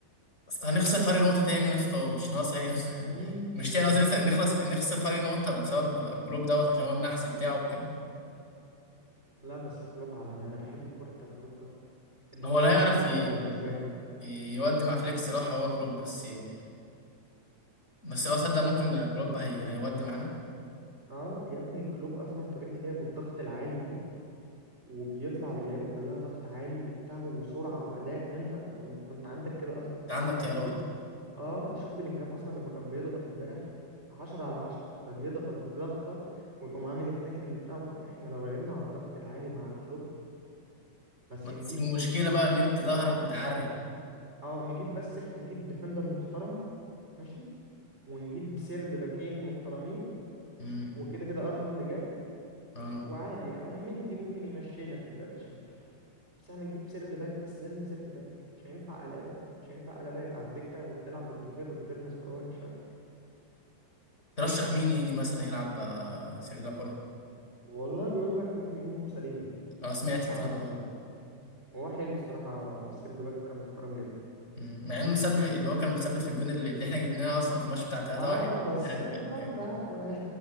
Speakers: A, on the left (about 20°); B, on the right (about 15°).
A: أصل هنخسر فرق نقطة تاني يا اسطى ومش ناقصة هي
B: مم.
A: <laughs> مش تاني
B: <laughs>
A: قصدي نخسر نخلص- نخسر فرق نقطة بسبب كلوب دوت عشان هو النحس بتاعه وكده
B: لا بس كلوب عالمي انا بحب الكوره بتاعت كلوب قوي دي
A: هو
B: الكوره
A: لا يعرف
B: المفضله
A: ي...
B: بالنسبه لي
A: ي- يودي مع فليكس صراحة هو كلوب بس إيه؟ بس اه صدق ممكن كلوب هي... هيودي معانا
B: اه يا ابني كلوب اصلا طريقه لعبه الضغط العالي دي وبيطلع باللعيبه كلها ضغط عالي وبتاع وسرعه واداء وانت انت انت عندك كده اصلا
A: انت عندك خيارات
B: شوف اه انت شوف بلينجهام اصلا لما كان بيضغط امبارح عشرة على عشرة ده بيضغط ضغطة ويقوم عامل التاكلينج بتاعه احنا لو لعبنا على الضغط العالي مع كلوب بس
A: بس
B: نجيب
A: المشكلة
B: ن-
A: بقى إن أنت
B: ن-
A: ظهرك
B: اه
A: متعري
B: اه نجيب بس احنا نجيب ديفندر محترم ماشي ونجيب سيرد باكين محترمين
A: امم
B: وكده كده ارنولد جاي
A: اه
B: وعادي او مندي ممكن يمشينا في الباك الشمال بس احنا نجيب سيرد باك بس لازم سيرد باك مش هينفع قلابه ده مش هينفع قلابه يبقى على الدكه وبتلعب بروديجير روديجير مستواه وحش قوي
A: ترشح مين يجي مثلا يلعب آه، سيرجي باكولا
B: والله بيقول لك ممكن يجيبوا سليبه
A: اه سمعت
B: بتاع
A: الكلام
B: ارسنال
A: ده
B: هو حلو الصراحه سيرد باك محترم جدا
A: مم. مع إنه مسبب اللي هو كان مسبب في الجون اللي اللي إحنا جبناه أصلا في الماتش بتاع 3-1
B: اه بس
A: ده
B: آه،
A: كان
B: غلطه
A: كان جامد.
B: عفوا